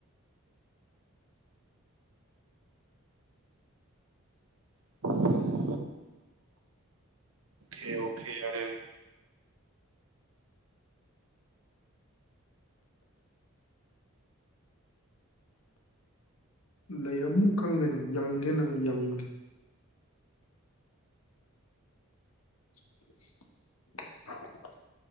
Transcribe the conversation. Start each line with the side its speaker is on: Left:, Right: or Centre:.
Right: <inaudible> ꯈꯦ ꯑꯣꯈꯦ ꯌꯥꯔꯦ ꯌꯥꯔꯦ
Left: ꯂꯩꯔꯝꯃꯨ ꯀꯪꯒꯅꯤ ꯌꯪꯒꯦ ꯅꯪ ꯌꯪꯒꯦ <unintelligible>